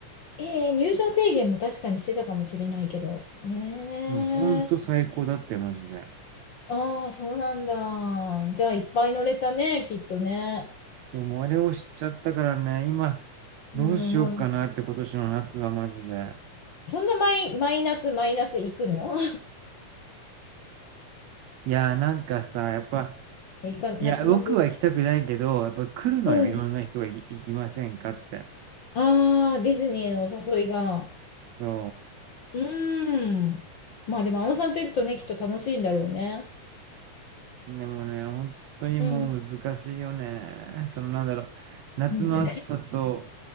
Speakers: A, on the left; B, on the right.
A: えー、入場制限も確かにしてたかもしれないけど。えー、
B: もうほんと最高だったよ、マジで。
A: ああ、そうなんだ。じゃあ、いっぱい乗れたね、きっとね。
B: そう、もうあれを知っちゃったからね、今、
A: うん、
B: どうしようかなって今年の夏はマジで。
A: もうそんな毎、毎夏、毎夏行くの
B: いや、なんかさ、やっぱ、
A: <laughs> いか、夏の風。
B: いや、僕は行きたくないけど、やっぱ来るのよ、
A: うん。
B: いろんな人がい行きませんかって。
A: ああ、ディズニーのお誘いが。
B: そ
A: うーん。まあでも、あのさんと行くとね、きっと楽しいんだろうね。
B: う。でもね、本当にもう難しいよね。
A: うん。
B: そのなんだろう、夏の暑さと、
A: 難しい。